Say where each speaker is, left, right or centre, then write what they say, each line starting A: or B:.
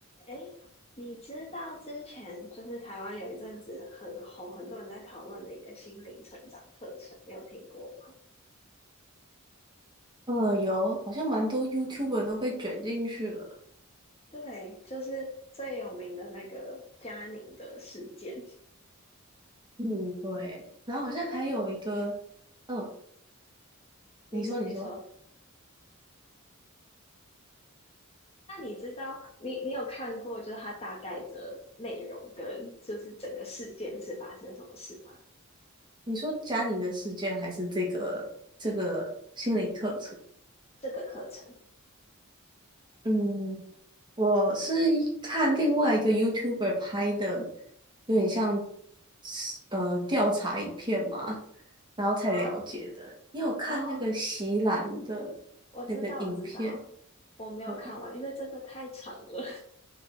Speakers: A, on the left; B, on the right.
A: 哎，你知道之前就是台湾有一阵子很红，很多人在讨论的一个心灵成长课程，你有听过吗？
B: 嗯，有，好像蛮多 YouTuber 都被卷进去了。
A: 对，就是最有名的那个嘉宁的事件。
B: 嗯，对，然后好像还有一个，
A: 那
B: 嗯，
A: 你说，
B: 你说，你说，
A: 你说，那你知道你你有看过就是它大概的内容跟就是整个事件是发生什么事吗？
B: 你说家庭的事件还是这个这个心理课程？
A: 这个课程？
B: 嗯，我是一看另外一个 YouTuber 拍的，有点像呃调查影片嘛，然后才了解的。
A: 哦
B: 你有看那个席兰的
A: 哦，我知道，
B: 那个影片？
A: 我知道，我没有看完，
B: 对
A: 因为真的太长了。